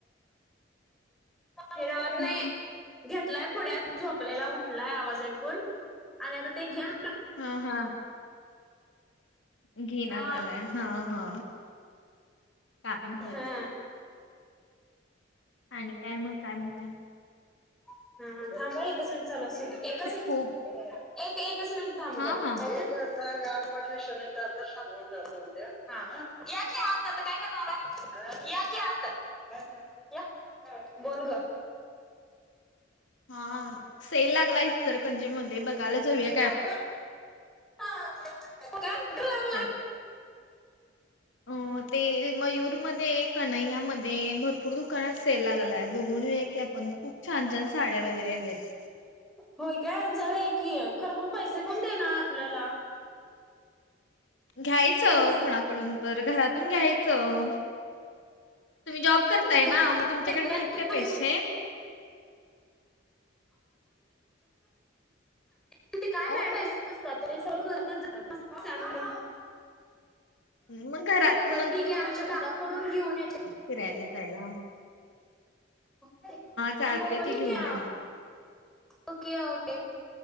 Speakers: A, in the centre; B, on the left.
A: हिरवत नाही
B: हम्म
A: घेतलाय पुड्या झोपलेला उठलाय आवाज ऐकून. आणि अग ते घेम.
B: हा हा. घेना
A: हा
B: झालाय हा हा काय होच
A: हा.
B: आणि काय मग काय म्हणता.
A: हा थांब एकच मिनिट चाल एकच मि
B: खूप
A: एक एकच मिनिट थांब
B: हा
A: ग
B: हा
A: का. गाठ पडली शनीता आता सांगून जात उद्या की आहात आता काय करणार. या की आत्ता. या बोल ग.
B: हा सेल लागलाय सर खंजे मध्ये बघायला जाऊ या की.
A: <unintelligible>
B: हल अ ते मयूरमध्ये एक. कन्हैया मध्ये भरपूर दुकानात सेल लागला आहे बघूनया की आपण खूप छान छान. साड्या वगैरे आहेत.
A: होय काय हे की आहे खरं पण पैसे कोण देणार आपल्याला.
B: घ्यायचं
A: पैसे
B: कुणाकडून तर घरात घ्यायचं तुम्ही जॉब करताय
A: घरात
B: ना मग तुमच्याकडे
A: करते
B: नाहीत काय पैसे
A: पण काय
B: हो
A: मॅडम असतात सगळं घरच जातातान
B: मग घरात
A: बरं ठीक आहे आमच्या दादाकडून घेऊन येते.
B: फिरयला जायला हवं.
A: हो
B: चालते
A: ठीक
B: की घेऊन
A: आहे.
B: या मग.
A: ओके ओके